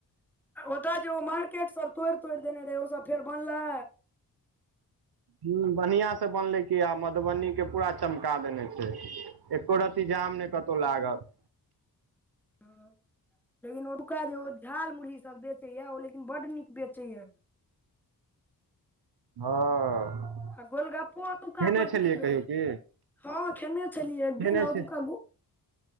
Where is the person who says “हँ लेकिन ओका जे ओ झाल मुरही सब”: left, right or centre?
Centre